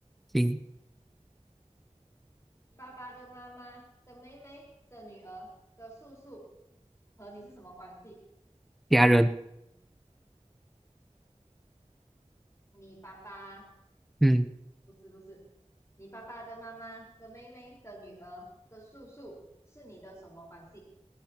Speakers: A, in the centre; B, on the left.
A: 行，
B: 爸爸的妈妈的妹妹的女儿的叔叔和你是什么关系？
A: 家人，
B: 你爸爸
A: 嗯，
B: 不是不是，你爸爸的妈妈的妹妹的女儿的叔叔是你的什么关系？